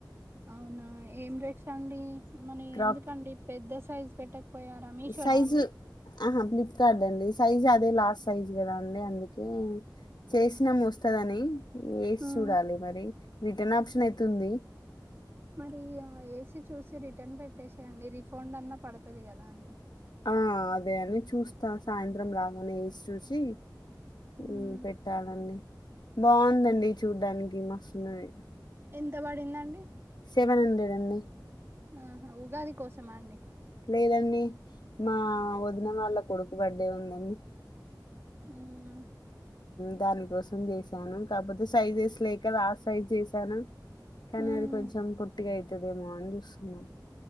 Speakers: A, on the right; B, on the left.
A: అవునా ఏం డ్రెస్ అండి అమ్మని
B: క్రాప్
A: ఎందుకండి పెద్ద సైజు పెట్టకపోయారా మీషో
B: సైజు
A: నా అండి
B: ఆహా హ ఫ్లిపకార్ట్ అండి సైజ్ అదే లార్జ్ సైజ్ కదా అండి అందుకే చేసినా మస్తు కదా ఆని వేసి
A: హ్మ్.
B: చూడాలి మరి రిటర్న్ ఆప్షన్ ఐతే ఉంది.
A: మరీ యా చూసి రిటర్న్ పెట్టేసేయండి. రిఫండ్ అన్నా పడతది కదా అండి.
B: ఆ అదే అని చూస్తా సాయంత్రం రాగానే వేసి చూసి
A: హ్మ్.
B: ఈ పెట్టాలండి బావుందండి చూడ్డానికి మస్తున్నది.
A: ఎంత పడిందండి?
B: సెవెన్ హండ్రెడ్ అండి.
A: ఆహ ఉగాది కోసమాండి.
B: లేదండీ మా వదిన వాళ్ళ కొడుకు బర్డే ఉందండి.
A: అవునా
B: దాని కోసం చేసాను కాపోతే సైజెస్ లేకదా ఆ సైజ్ చేసాను. కానీ
A: హ్మ్.
B: అది కొంచెం పొట్టిగయితదేమో అని చూస్తున్నాం.